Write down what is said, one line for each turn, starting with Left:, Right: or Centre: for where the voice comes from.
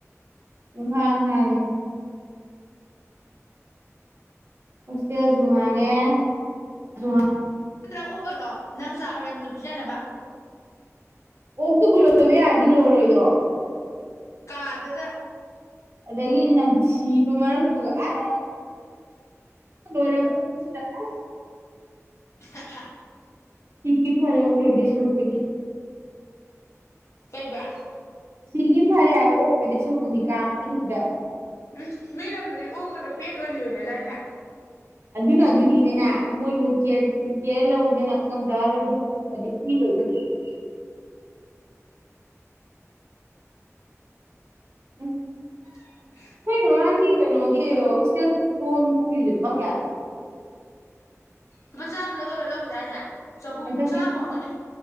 Right: ꯄꯨꯡꯍꯥꯡ ꯍꯥꯡꯉꯦ ꯍꯣꯁꯇꯦꯜꯁꯨ ꯍꯥꯡꯉꯦ ꯁꯨ ꯍꯥ
Left: ꯅꯠꯇꯔꯒ ꯑꯣꯛ ꯂꯣꯏꯔꯣ ꯅꯪ ꯆꯥꯛ ꯑꯔꯦꯝꯕꯗꯨ ꯄꯤꯖꯅꯕ
Right: ꯑꯣꯛ ꯇꯕꯨ ꯂꯣꯢꯕ ꯌꯥꯔꯗꯤ ꯂꯣꯢꯔꯣꯏꯗ꯭ꯔꯣ
Left: ꯀꯥ ꯗꯨꯗ
Right: ꯑꯗꯒꯤ ꯅꯝꯊꯤꯕ ꯃꯔꯛꯇꯨꯗ ꯑꯦ ꯂꯣꯏꯔꯕ ꯁꯤꯗ ꯑꯁ
Left: ꯍꯥ ꯍꯥ
Right: ꯁꯤꯈꯤ ꯐꯔꯦ ꯑꯣꯛ ꯂꯣꯏꯗꯣꯏ ꯁꯔꯨꯛꯄꯨꯗꯤ
Left: ꯀꯩꯕ
Right: ꯁꯤꯒꯤꯕꯅ ꯐꯔꯦ ꯍꯥꯏꯕ ꯑꯣꯛ ꯂꯣꯏꯗꯣꯏ ꯁꯨꯔꯨꯛꯄꯨꯗꯤ ꯀꯥ ꯃꯅꯨꯡꯗꯨꯗ
Left: ꯎꯝ ꯃꯤ ꯂꯝꯗꯗꯤ ꯑꯣꯛꯀꯗꯣ ꯄꯦꯠ ꯑꯣꯏꯅ ꯂꯣꯏꯅꯦꯗꯥꯏꯅꯦ
Right: ꯑꯗꯨꯅ ꯑꯗꯨꯅꯤꯗꯅ ꯃꯣꯏꯕꯨ ꯀꯦꯌꯔ ꯀꯦꯌꯔ ꯂꯧꯢꯗꯅ ꯉꯝꯖꯔꯔꯣꯏ ꯑꯗꯨꯗꯤ ꯃꯤ ꯂꯣꯏꯅꯤꯡ ꯂꯣꯢꯕꯅꯤ ꯎꯝ
Left: <inaudible>
Right: ꯑꯩꯈꯣꯏ ꯃꯃꯥꯡꯒꯤ ꯀꯩꯅꯣꯒꯤ ꯍꯣꯁꯇꯦꯜꯒꯤ ꯐꯣꯝ ꯂꯧꯒꯤꯕꯗꯣ ꯂꯨꯄꯥ ꯀꯌꯥꯅꯣ
Left: ꯂꯨꯄꯨ ꯆꯥꯝꯃꯔ ꯀꯩꯅꯣ ꯂꯧꯒꯤꯗꯥꯏꯅꯦ ꯆꯍꯨꯝ
Right: ꯍꯟꯗꯛꯇꯤ
Left: ꯆꯥꯝꯃ ꯑꯣꯏꯔꯝꯒꯅꯤ